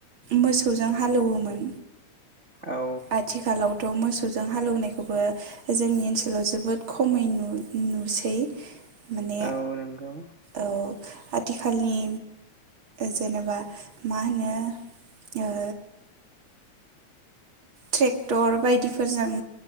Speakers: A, on the right; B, on the right.
A: मोसौजों हालौवोमोन
B: <inaudible>
A: आथिखालावथ' मोसौजों हालौवनायखौबो जोंनि ओनसोलाव जोबोद खमै नु नुसै माने
B: औ नंगौ
A: औ आथिखालनि जेनेबा मा होनो ओ ट्रेक्टर बायदिफोरजों